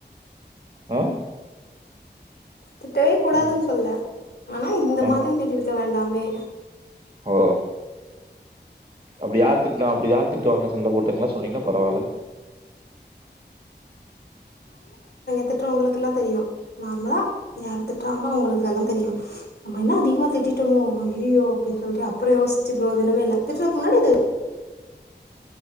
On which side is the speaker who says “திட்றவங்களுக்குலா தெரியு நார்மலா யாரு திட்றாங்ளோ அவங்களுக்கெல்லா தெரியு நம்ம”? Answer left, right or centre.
Left